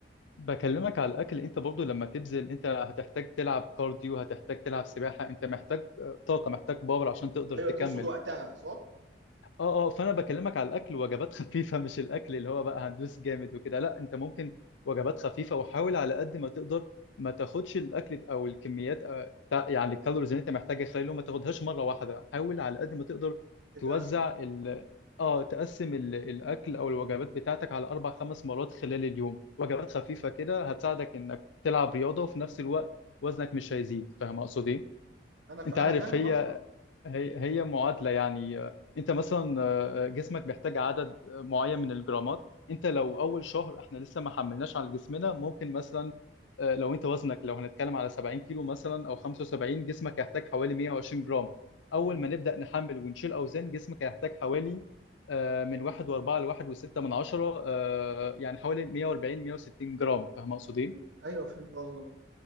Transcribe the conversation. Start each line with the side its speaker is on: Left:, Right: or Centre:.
Left: بكلمك على الاكل انت برضه لما تبذل انت هتحتاج تلعب كارديو هتحتاج تلعب سباحة انت محتاج آه، طاقة محتاج باور عشان تقدر
Right: ايوه
Left: تكمل
Right: تقصد وقتها صح؟
Left: اه اه فانا بكلمك
Right: م.
Left: على الاكل وجبات خفيفه مش الاكل اللي هو بقى هندوس جامد وكده لا انت ممكن وجبات خفيفه وحاول على قد ما تقدر ما تاخدش الاكل او الكميات آه، بتاع- يعني الكالوريز اللي انت محتاجها خلال اليوم ما تاخدهاش مره واحده حاول على قد ما تقدر
Right: تتقسم
Left: توزع ال اه تقسم ال- الاكل او الوجبات بتاعتك على اربع خمس مرات خلال اليوم وجبات خفيفه كده هتساعدك انك تلعب رياضه وفي نفس الوقت وزنك مش هيزيد فاهم اقصد ايه
Right: انا ف...
Left: انت
Right: انا
Left: عارف
Right: فاهم
Left: هي
Right: قصدك
Left: هي هي معادلة يعني آه، انت مثلا آه، آه، جسمك بيحتاج عدد آه، معين من الجرامات انت لو اول شهر احنا لسه ما حملناش على جسمنا ممكن مثلا آه، لو انت وزنك لو هنتكلم على 70 كيلو مثلا او 75 جسمك هيحتاج حوالي 120 جرام اول
Right: م-
Left: ما نبدأ نحمل ونشيل اوزان جسمك هيحتاج حوالي آه، من 1.4 ل 1.6 من عشرة آه، يعني حوالي 140 160 جرام فاهم اقصد ايه
Right: م. ايوه فهمت قصدك